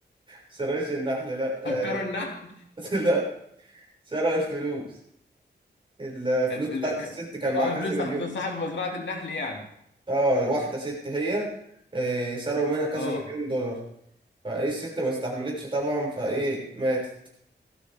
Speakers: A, on the right; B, on the left.
A: سرقوش النحل لا
B: هكروا
A: إيه
B: النحل
A: <laughs> لا سرقوا الفلوس الفلوس
B: ال-
A: بتاعت
B: ال-
A: الست كان معاها
B: اه
A: كذا
B: الفلوس
A: مليون
B: بتاعت صاحب مزرعه النحل يعني
A: اه واحدة ست هي آه، سرقوا منها كذا
B: اه
A: مليون دولار فايه الست ما استحملتش طبعا فايه ماتت